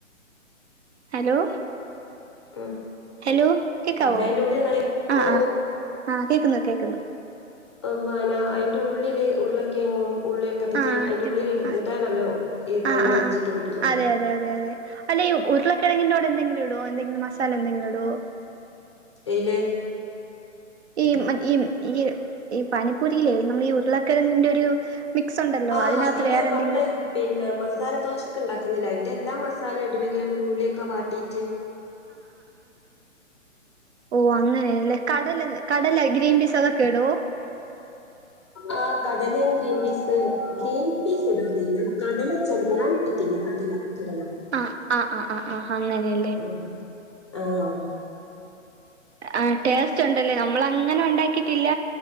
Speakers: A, on the right (about 60°); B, on the left (about 25°).
A: ഹലോ
B: ഉം
A: ഹലോ കേക്കാവോ
B: അതിന്റെ കൂടെ
A: അ
B: ഓ
A: ആ
B: ഓ
A: ആ കേക്ക്ന്നു കേക്ക്ന്നു
B: <unintelligible> ൻ്റുള്ളില് ഉരുളക്കിഴങ്ങും ഉള്ളിയൊക്കെ ഇട്ടിട്ട്
A: ആ
B: അയിന്റെ ഉള്ളിലിടും
A: ആ
B: എന്നിട്ടാണല്ലോ ഈ വെള്ളം
A: ആ ആ
B: ഒഴിച്ചിട്ട്
A: ആ
B: കുടിക്കുന്നെ
A: അതെ അതെ അതെ അതെ അല്ലെ ഉരുളക്കിഴങ്ങിൻ്റോട് എന്തെങ്കിലും ഇടോ എന്തെങ്കിലും മസാല എന്തെങ്കിലിടോ
B: എയ്ല്
A: ഈ മ ഈ ഈ ഈ പാനിപ്പുരിയിലെ നമ്മളീ ഉരുളക്കിഴങ്ങിന്റെ ഒരു മിക്സ് ഉണ്ടല്ലോ
B: ആ
A: അതിനകത്ത്
B: അതില്
A: വേറെ
B: നമ്മള്
A: എന്തെങ്കിലും
B: പിന്നെ മസാലദോശ ക്ക്ണ്ടാക്കുന്നില്ലേ അതിന്റെ എല്ലാ മസാല ഇടില്ലെങ്കിൽ നമ്മൾ ഉള്ളിയൊക്കെ വാട്ടീട്ട്
A: ഓ അങ്ങനെയെല്ലെ കടല് കടല ഗ്രീൻ പീസ് അതൊക്കെട്വോ
B: ആ കടലയും ഗ്രീൻ പീസ് ഗ്രീൻ പീസ് ഇടുന്നില്ല കടല ചെർതായിട്ട് ഞാനിട്ടിട്ടില്ല കടല കടല
A: ആ ആ ആ ആ ആ അങ്ങനെയെ
B: ഉം ആം
A: ആ ടേസ്റ്റ് ഉണ്ടല്ലേ ന നമ്മളങ്ങനെ ഉണ്ടാക്കിട്ടില്ല